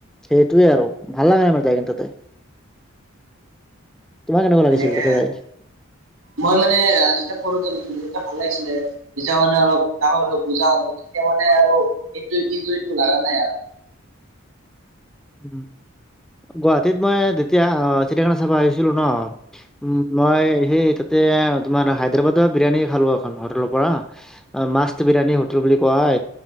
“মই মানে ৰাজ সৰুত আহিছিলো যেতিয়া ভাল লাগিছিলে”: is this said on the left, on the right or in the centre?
Right